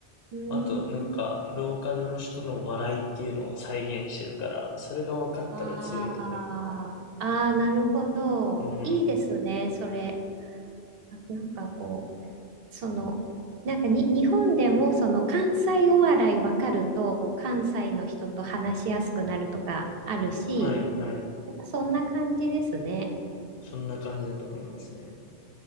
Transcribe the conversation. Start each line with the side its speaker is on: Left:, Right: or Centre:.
Right: うーん
Left: あとなんか、ローカルの人の笑いっていうのを再現してるから、それが分かったら強いと思います。
Right: ああ、ああ、なるほど。
Left: うん。
Right: いいですね、それ。あ、なんかこう、その、なんかに、日本でもその関西お笑いわかると、こう、関西の人と話しやすくなるとかあるし、
Left: はいはい。
Right: なんかそんな感じですね。
Left: そんな感じだと思いますね。
Right: え